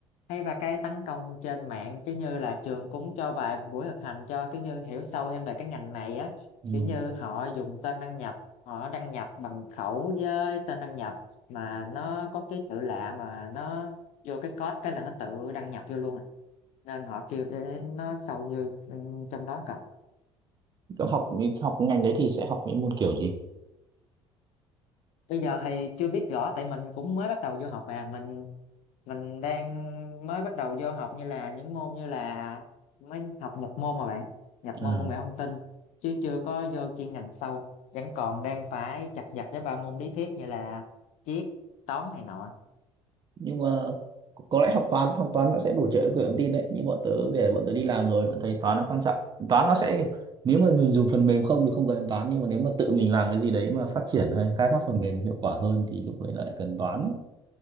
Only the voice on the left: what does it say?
hay và cái tấn công trên mạng cứ như là trường cũng cho vài buổi thực hành cho cứ như hiểu sâu thêm về cái ngành này á
kiểu như họ dùng tên đăng nhập họ đăng nhập bằng khẩu với tên đăng nhập mà nó có cái tự lạ mà nó vô cái code cái là nó tự đăng nhập vô luôn à. nên họ kêu để nó sâu vô bên trong đó cập
bây giờ thì chưa biết rõ tại mình cũng mới bắt đầu vô học mà mình mình đang mới bắt đầu vô học như là những môn như là mới học nhập môn mà bạn nhập môn
công nghệ thông tin chứ chưa có vô chuyên ngành sâu vẫn còn đang phải chặt vặt với ba môn lý thuyết như là triết toán này nọ